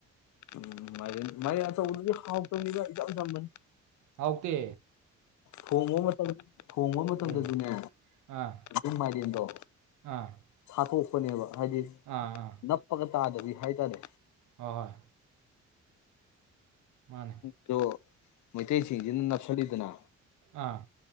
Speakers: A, on the left (about 75°); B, on the right (about 85°).
A: ꯎꯝ ꯃꯥꯏ ꯑꯆꯧꯕꯗꯨꯗꯤ ꯍꯥꯎꯇꯕꯅꯤꯅ ꯏꯆꯝ ꯆꯝꯕꯅꯤ
B: ꯍꯧꯥꯎꯇ
A: ꯊꯣꯡꯕ ꯃꯇꯝ ꯊꯣꯡꯕ ꯃꯇꯝꯗꯗꯤꯅꯦ
B: ꯎꯝ ꯑꯥ
A: ꯏ ꯃꯥꯂꯦꯝꯥꯏꯗꯣ
B: ꯑꯥ
A: ꯁꯥꯠꯇꯣꯛ ꯅꯤꯕ ꯍꯥꯏꯖꯤ
B: ꯑꯥ ꯑꯥ
A: ꯅꯄꯒ ꯇꯥꯗꯕꯤ ꯍꯥꯏ ꯇꯔꯦ
B: ꯍꯣꯏ ꯍꯣꯏ ꯃꯥꯅꯦ
A: ꯇꯣ ꯃꯣꯏꯇꯩꯁꯤꯁꯤ ꯅ ꯁꯗꯅ
B: ꯑꯥ